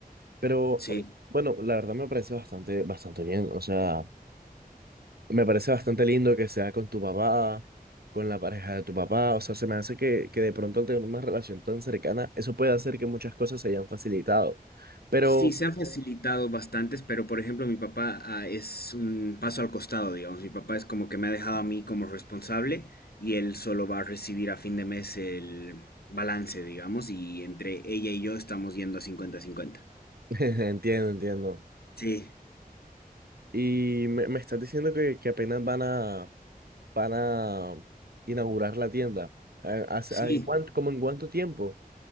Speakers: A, on the right (about 80°); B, on the left (about 85°).
A: Pero
B: Sí.
A: o- bueno, la verdad me parece bastante, bastante bien. O sea, Me parece bastante lindo que sea con tu papá, con la pareja de tu papá. O sea, se me hace que, que de pronto al tener una relación tan cercana, eso puede hacer que muchas cosas se hayan facilitado. Pero
B: Sí, se han facilitado bastantes, pero por ejemplo, mi papá ah, es un paso al costado, digamos. Mi papá es como que me ha dejado a mí como responsable y él solo va a recibir a fin de mes el balance, digamos, y entre ella y yo estamos yendo a cincuenta-cincuenta.
A: <laughs> entiendo, entiendo.
B: Sí,
A: Y me, me estás diciendo que, que apenas van a, van a inaugurar la tienda. Eh, ¿hace-
B: sí,
A: ah, ¿En cuánto, como en cuánto tiempo?